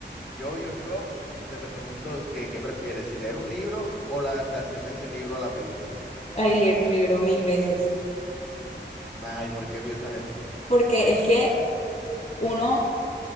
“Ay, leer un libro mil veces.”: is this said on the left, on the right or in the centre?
Left